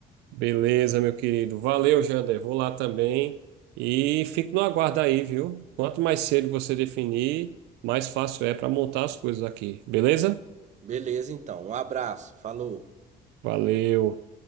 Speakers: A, on the right; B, on the right.
A: Beleza, meu querido. Valeu, Jander. Vou lá também e fico no aguardo aí, viu? Quanto mais cedo você definir, mais fácil é para montar as coisas aqui. Beleza?
B: Beleza, então. Um abraço, falou.
A: Valeu.